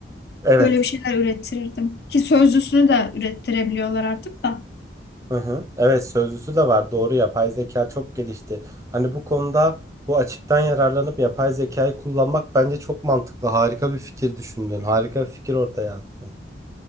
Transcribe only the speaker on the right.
Evet.
Hı hı. Evet sözlüsü de var. Doğru yapay zeka çok gelişti. Hani bu konuda bu açıktan yararlanıp yapay zekayı kullanmak bence çok mantıklı. Harika bir fikir düşündün. Harika bir fikir ortaya attın.